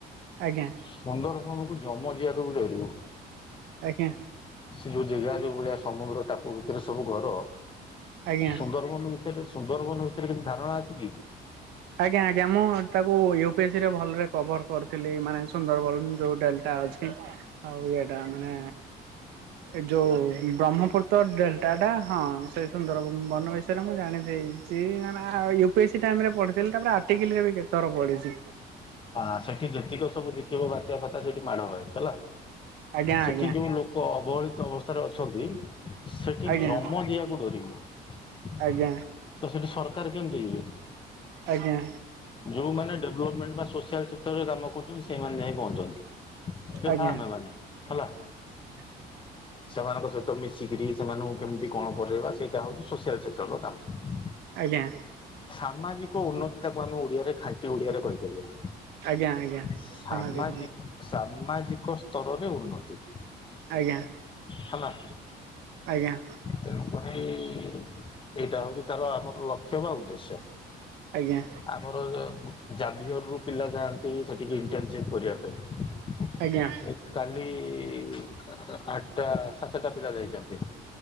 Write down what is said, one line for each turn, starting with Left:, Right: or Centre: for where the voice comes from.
Right: ଆଜ୍ଞା।
Left: ସୁନ୍ଦରବନକୁ ଯମ ଯିବାକୁ ବି ଡରିବ।
Right: ଆଜ୍ଞା।
Left: ସେ ଯୋଉ ଜାଗା ଯୋଉ ଭଳିଆ ସମୁଦ୍ର ଟାପୁ ଭିତରେ ସବୁ ଘର
Right: ଆଜ୍ଞା।
Left: ସୁନ୍ଦରବନ ଭିତରେ ସୁନ୍ଦରବନ ବିଷୟରେ କେ ଧାରଣା ଅଛି କି?
Right: ଆଜ୍ଞା ଆଜ୍ଞା ମୁଁ ତାକୁ ୟୁ ପି ଏସ୍ ସ ରେ ଭଲରେ କଭର କରିଥିଲି ମାନେ ସୁନ୍ଦରବନ ଯୋଉଟଡା ଏଟା ଅଛି ଆଉ ଏଇଟା ମାନେ ଏ ଯୋଉ ବ୍ରହ୍ମପୁତ୍ର ଡେଲ୍ଟାଟା ହଁ ସେଇ ସୁନ୍ଦର ବନ ବିଷୟରେ ମୁଁ ଜାଣିଛି ସେ E <unintelligible> U P S C time ରେ ପଢିଥଲି ତାପରେ ଆର୍ଟିକଲ ରେ ବି କେତେ ଥର ପଢିଛି।
Left: ହଁ ସେଠି ଯେତିକ ସବୁ ଦେଖିବ ବାତ୍ୟା ଫାଟ୍ୟା ସେଠି ମାଡ ହୁଏ ହେଲା
Right: ଆଜ୍ଞା
Left: ସେଠି
Right: ଆଜ୍ଞା
Left: ଯୋଉ ଲୋକ ଅବହେଳିତ ଅବସ୍ଥାରେ ଅଛନ୍ତି। ସେଠି
Right: ଆଜ୍ଞା
Left: ଜମ ଯିବାକୁ ଡରିବ। ତ
Right: ଆଜ୍ଞା
Left: ସେଠି ସରକାର କେମିତି ଯିବେ?
Right: ଆଜ୍ଞା
Left: ଯୋଉମାନେ ଡେଭଲପମେଣ୍ଟ ବା ସୋସିଆଲ ସେକ୍ଟରରେ କାମ କରୁଛନ୍ତି ସେମାନେ ଯାଇ ପହଞ୍ଚନ୍ତି।
Right: ଆଜ୍ଞା।
Left: ଯଥା ଆମେ ମାନେ ହେଲା।
Right: <inaudible>
Left: ସେମାନଙ୍କ ସହିତ ମିଶିକରି ସେମାନଙ୍କୁ କେମିତି କଣ କରରେଇବା ସେଇଟା ହଉଛି ସୋସିଆଲ ସେକ୍ଟର ର କାମ।
Right: ଆଜ୍ଞା
Left: ସାମାଜିକ ଉନ୍ନତି ତାକୁ ଆମେ ଓଡିଆରେ ଖାଣ୍ଟି ଓଡିଆରେ କହିପାରିବା।
Right: ଆଜ୍ଞା ଆଜ୍ଞା
Left: ସାମାଜି
Right: ସାମାଜିକ
Left: ସାମାଜିକ ସ୍ତରରେ ଉନ୍ନତି।
Right: ଆଜ୍ଞା।
Left: ହେଲା।
Right: ଆଜ୍ଞା।
Left: ତେଣୁକରି ଏଇଟା ହୋଉଚି ତାର ଆମର ଲକ୍ଷ୍ୟ ବା ଉଦ୍ଦେଶ୍ୟ।
Right: ଆଜ୍ଞା।
Left: ଆମର ଜାଭିୟରରୁ ପିଲା ଯାଆନ୍ତି ସେଠିକି ଇଣ୍ଟର୍ନସିପ କରିବା ପାଇଁ।
Right: ଆଜ୍ଞା।
Left: କାଲି ଆଟଟା ସାତଟା ପିଲା ଯାଇଚନ୍ତି।